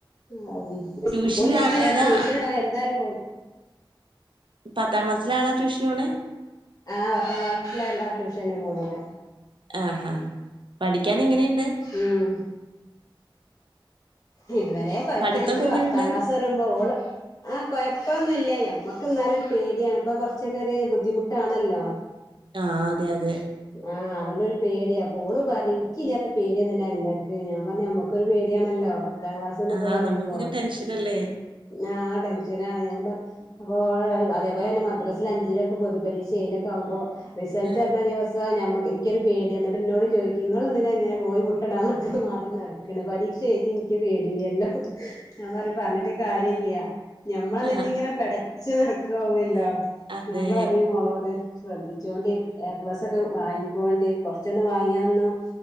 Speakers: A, on the left (about 45°); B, on the right (about 70°).
A: ആഹ് സ്കൂളിൽ
B: ട്യൂഷന്
A: ഇങ്ങനെ എന്താ
B: ഏതാ
A: ട്യൂഷൻ വിട എന്തായാലും പോ
B: പത്താം ക്ലാസ്സിലെ ആളാ ട്യൂഷന് പോണേ
A: ആഹ് പത്താം ക്ലാസ്സിലാള ട്യൂഷന് പോണത്
B: ആഹാ പഠിക്കൻ എങ്ങനെയുണ്ട്
A: ഉം ഇതുവരെ കുഴപ്പില്ല
B: പഠിത്തൊക്കെ
A: ഇപ്പ പത്താം
B: എങ്ങനെയുണ്ട്?
A: ക്ലാസ് പറയുമ്പോ ഓള് ആഹ് കോഴപ്പൊന്നുവി ല്ല ഞമ്മക്ക് എന്നാലും ഒരു പേടിയാണ് ഇപ്പൊ കൊറച്ചൊക്കെ ഒരു ബുദ്ധിമുട്ടാണല്ലോ
B: ആഹ് അതെ അതെ
A: ആഹ് അതുകൊണ്ടൊരു പേടിയ അപ്പോ ഓള് ഇക്കില്ലാത്ത പേടിയെന്തിനാ ഇങ്ങക്ക് ഞാൻ പറഞ്ഞ് നമ്മക്കൊരു പേ ടിയാണല്ലോ പ ത്താം ക്ലാസ് എന്നൊക്കെ
B: ആ
A: പറയുമ്പോ
B: നമുക്കിങ്ങനെ ടെൻഷനല്ലേ?
A: ആഹ് ടെൻഷനാണ് ഞാൻ പറ അപ്പോ അതേപോലെ തന്നെ മദ്രാസെൽ അഞ്ചിനൊക്കെ പൊതുപരീക്ഷയിലൊക്കെ ആവുമ്പോ റിസൾട്ട്
B: ആ,
A: വരഞ്ഞ ദിവസ് നം എനിക്കൊരു പേടിയാ എന്നിട്ട് എന്നോട് ചോദിക്കും നിങ്ങളെന്തിന കൊയി മുട്ടയിട നട മാതിരി നടക്കണ പരീക്ഷ എഴുതി എനിക്ക് പേടില്ല എല്ലോ ഞാൻ പറഞ്ഞിട്ട് കാര്യം ഇല്ല ഞമ്മൾ നിന്ന
B: ആ,
A: ഇങ്ങനെ പിടച്ച് നടക്കു ആവാല്ലോ
B: അതെ.
A: ഞാൻ പറയും മോളോട് ശ്രദ്ധിച്ചോണ്ട് എ പ്ലസ് ഒക്കെ വാങ്ങിക്കോണ്ട് കുറച്ചൊന്ന് വാങ്ങിയയൊന്നും